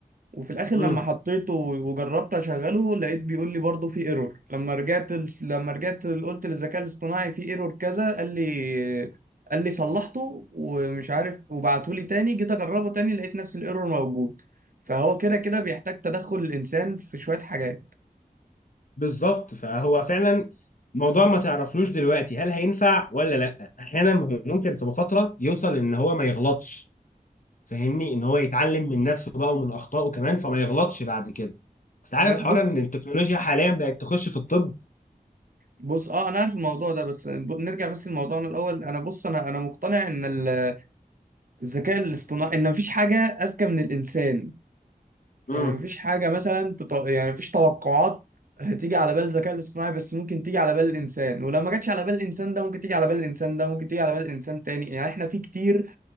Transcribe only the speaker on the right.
وفي الاخر
لما حطيته وجربت اشغله لقيت بيقول لي برضه في ايرور لما رجعت لما رجعت قلت للذكاء الاصطناعي في ايرور كذا قال لي قال لي صلحته ومش عارف وبعته لي تاني جيت اجربه تاني لقيت نفس الايرور موجود فهو كده كده بيحتاج تدخل الانسان في شوية حاجات
لا
بص
بص اه انا عارف الموضوع ده بس ب- نرجع بس لموضوعنا الاول انا بص انا انا مقتنع ان ال- الذكاء الاصطناعي ان مفيش حاجة اذكى من الانسان
يعني مفيش حاجة مثلا تط... يعني مفيش توقعات هتيجي على بال الذكاء الاصطناعي بس ممكن تيجي على بال الإنسان ولو ما جاتش على بال الإنسان ده ممكن تيجي على بال الإنسان ده ممكن تيجي على بال إنسان تاني يعني إحنا في كتير